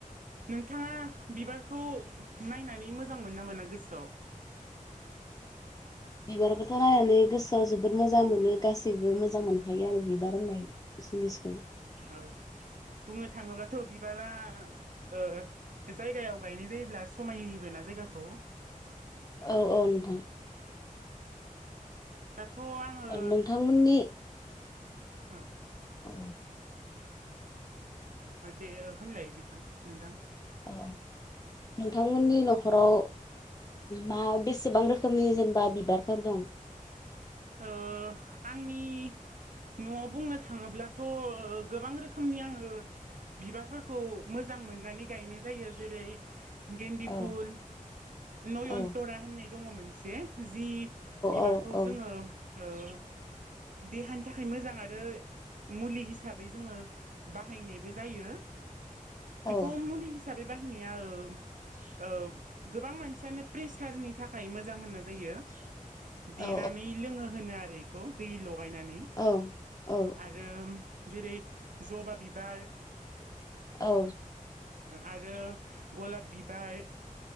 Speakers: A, on the right; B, on the left.
A: नोंथांङा बिबारखौ नायनानै मोजां मोननो ना गोसोआव। <inaudible>
B: बिबारखौथ' नायनानै गोसोआव जोबोद मोजां मोनो गासैबो मोजां मोनखायो आरो बिबार होननाय। जिनिसखौ।
A: औ। बुंनो थाङोब्लाथ' बिबारा ओ जायगायाव गायनाय जायोब्ला समाय होयोबो ना। जायगाखौ।
B: औ औ नोंथां।
A: दाथ' आङो
B: नोंथांमोननि
A: ओ।
B: अ
A: दे होनलाय बिथां नोंथां।
B: औ नोंथांमोननि न'खराव मा बेसेबां रोखोमनि जेनेबा बिबारफोर दं?
A: ओ आंनि न'आव बुंनो थाङोब्लाथ' गोबां रोखोमनि आङो बिबारफोरखौ मोजां मोननानै गायनाय जायो जेरै गेन्दिफुल
B: औ
A: नयनतरा
B: औ
A: होननाय दङ मोनसे जि बिबारखौ
B: औ औ
A: जोङो ओ देहानि थाखाय मोजां आरो मुलि हिसाबै जोङो बाहायनायबो जायो बेखौ
B: औ
A: मुलि हिसा हिसाबै बाहायनाया ओ ओ गोबां मानसियानो प्रेसारनि थाखाय मोजां होननाय जायो। यो
B: औ
A: देनानै लोङो होनो आरो इखौ दै लगायनानै
B: औ औ
A: आरो जेरै जबा बिबार।
B: औ
A: आरो गलाब बिबार